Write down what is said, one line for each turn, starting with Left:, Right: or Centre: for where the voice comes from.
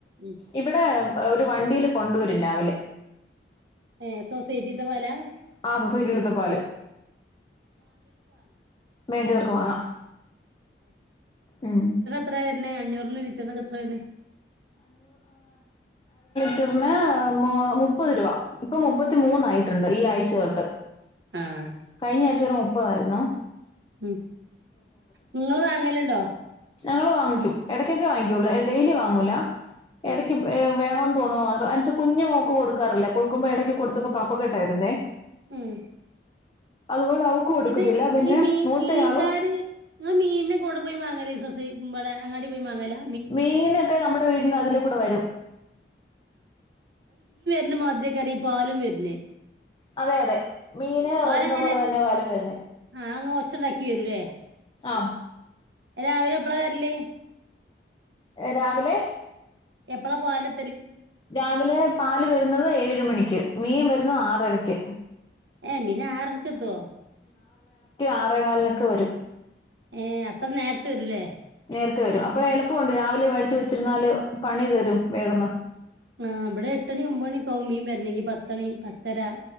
Right: ഉം
Left: ഇവിടെ ഒരു വണ്ടിൽ കൊണ്ടുവരും രാവിലെ
Right: സ വണ്ട
Left: ആഹ് സൊസൈറ്റിയിലത്തെ പാല് വേണ്ടിയവർക്ക് വാങ്ങാം ഉം
Right: പിന്നെ അഞ്ഞൂറിന് വിറ്റന്നക്കെ എത്ര വേ
Left: റിന് മുപ്പത് രൂപ ഇപ്പൊ മുപ്പത്തി മൂന്നായിട്ടുണ്ട് ഈ ആഴ്ച തൊട്ട്
Right: ഉം
Left: കഴിഞ്ഞ ആഴ്ച്ചോറ മുപ്പതായിരുന്നോ
Right: ഉം നിങ്ങ വാങ്ങലുണ്ടോ
Left: ഞങ്ങള്ൾ വാങ്ങിക്കും ഇടയ്ക്കൊക്കെ വാങ്ങിക്കയുള്ളൂ ഡെയിലി വാങ്ങൂല ഇടക്ക്
Right: ആഹ്
Left: വേണ തോന്ന്മ്പം മാത്രം എന്നച്ചാ കുഞ്ഞ് മോക്ക് കൊടുക്കാറില്ല കൊടുക്കുമ്പോ ഇടക്ക് കൊടുത്തപ്പോ കഫ കെട്ടായിരുന്നേ
Right: ഉം
Left: അതുകൊണ്ട് അവക്ക് കൊടുക്കത്തില്ല
Right: ഇത്
Left: പിന്നെ
Right: ഈ മീ
Left: മൂത്തയാളും
Right: മീൻകാര് ങ്ങള് മീനൊക്കെ എവിടെ പോയാ മാങ്ങൽ ബടെ അങ്ങാടി പോയി മാങ്ങലാ
Left: മീനൊക്കെ നമ്മുടെ വീടിന്റെ അതിലേ കൂടെ വരും
Right: ന്നമാതിരി ഈ പാലും വരുന്നേ
Left: അതെ അതെ മീന്
Right: വാങ്ങലെങ്ങനെ
Left: വരുന്ന പോലെ തന്നെ പാലും വരുന്നേ
Right: ആ അങ്ങ് ഒച്ചണ്ടാക്കി വരൂലേ
Left: ആം
Right: രാവിലെ എപ്പളാ വരല്
Left: രാവിലെ
Right: എപ്പഴാ പാലൊ
Left: രാവിലെ പാല് വരുന്നത് ഏഴ് മണിക്ക് മീൻ വരുന്ന ആറരക്ക്
Right: ഏ മീൻ ആറരക്കെത്തോ
Left: ആറേകാലിനൊക്കെ വരും
Right: ഏ അ അത്ര നേരത്തെ വരൂലേ
Left: നേരത്തെ വരുവാ ഇപ്പോ എളപ്പമുണ്ട് രാവിലെ മേടിച്ച് വെച്ച് ച്ചിരുന്നാല് പണി തീരും വേഗന്ന്
Right: ആ വിടെ എട്ടണി ഒമ്പണിക്കാവും മീൻ വരനെങ്കി പത്തണി പത്തര